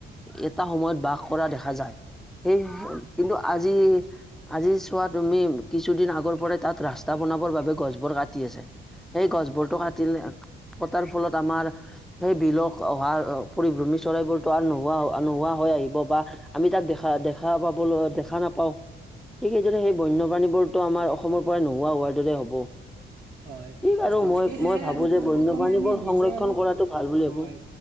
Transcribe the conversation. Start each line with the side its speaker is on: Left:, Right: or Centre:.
Centre: এটা সময়ত বাস কৰা দেখা যায় সেই কিন্তু আজি, আজি চোৱা তুমি কিছুদিন আগৰ পৰাই তাত ৰাস্তা বনাবৰ বাবে গছবোৰ কাটি আছে সেই গছ বোৰতো কাটিলে কটাৰ ফলত আমাৰ সেই বিলক অহা পৰিভ্ৰমী চৰাইবোৰ ত' নোহোৱা, নোহোৱা হৈ আহিব বা আমি তাক দেখা, দেখা পাবলৈ দেখা নাপাওঁ, ঠিক সেইদৰে সেই বন্যপ্ৰাণীবোৰতো আমাৰ অসমৰ পৰাই নোহোৱা হোৱাৰ দৰে হ'ব।
Right: হয়।
Centre: ঠিক আৰু
Right: গতিকে
Centre: মই
Right: সেয়ে
Centre: মই ভাবো
Right: আৰু
Centre: যে
Right: পোন
Centre: বন্যপ্ৰাণীবোৰ
Right: প্ৰথমে আমি নিজে
Centre: সংৰক্ষণ
Right: আৰু
Centre: কৰাটো ভাল বুলি
Right: হয়।
Centre: ভাবো